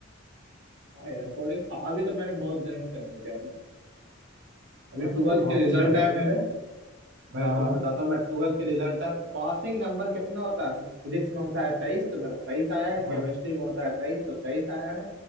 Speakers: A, on the right; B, on the right.
A: हाँ यार थोड़ी खा भी तो मैंने बहुत दिनों से नहीं किया अभी
B: यार
A: ट्वेल्थ
B: तुम तो बहुत
A: के रिजल्ट
B: कुछ करते
A: है मेरे
B: थे
A: मैंने
B: हाँ
A: तुम्हें
B: हाँ
A: बताता हूँ मैं ट्वेल्थ के रिजल्ट है पासिंग नंबर कितना होता है फिजिक्स में होता है तेईस तो मेरा तेईस आया है
B: हाँ
A: केमिस्ट्री में होता है तेईस तो तेईस आया है